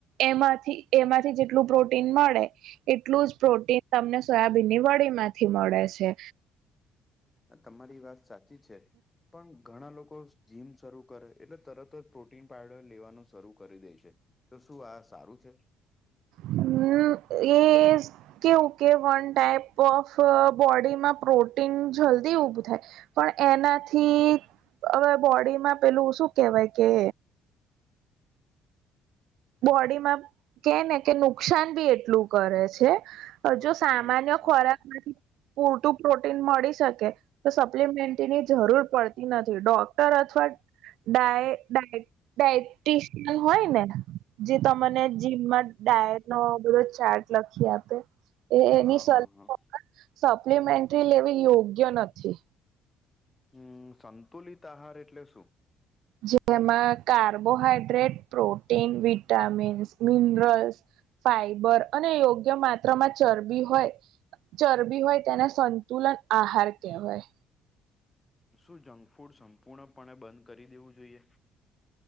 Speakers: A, on the right; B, on the left.
A: એમાંથી એમાંથી જેટલું પ્રોટીન મળે એટલું જ પ્રોટીન તમને સોયાબીનની વળી માંથી મળે છે.
B: આ તમારી વાત સાચી છે પણ ઘણા લોકો જીમ શરૂ કરે એટલે તરત જ પ્રોટીન પાઉડર લેવાનું શરૂ કરી દે છે. તો શું આ સારું છે?
A: હમ એ કેવું કે વન ટાઈપ ઓફ બોડીમાં પ્રોટીન જલ્દી ઊભું થાય પણ એનાથી હવે બોડીમાં પેલું શું કેહેવાય કે બોડીમાં કે ને કે નુકસાન બી એટલું કરે છે.
B: વાત
A: જો સામાન્ય
B: તમે સાચી.
A: ખોરાક નથી પૂરતું પ્રોટીન મળી શકે તો સપ્લિમેન્ટની જરૂર પડતી નથી. ડોક ડોક્ટર અથવા ડાય દીએટિસ્ટ હોય ને જે તો મને જીમમાં ડાયટ નો બધો ચાર્ટ લખી આપે. એ એની
B: હા
A: સલાહર
B: હા હા
A: સપ્લીમેન્ટરી લેવી યોગ્ય નથી.
B: હમ સંતુલિત આહાર એટલે શું?
A: જેમાં carbohydrate, protein, vitamins, minerals, fibre અને યોગ્ય માત્રામાં ચરબી હોય ચરબી હોય તેને સંતુલન આહાર કહેવાય.
B: શું જંકફૂડ સંપૂર્ણપણે બંધ કરી દેવું જોઈએ?